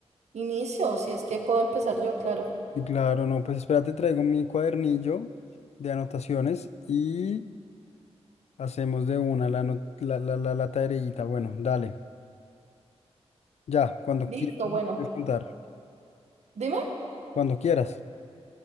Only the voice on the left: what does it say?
Y claro, no, pues espérate, traigo mi cuadernillo de anotaciones y hacemos de una la, ano- la, la, la, la tareita. Bueno, dale. Ya, cuando
quieras
me puedes contar.
Cuando quieras.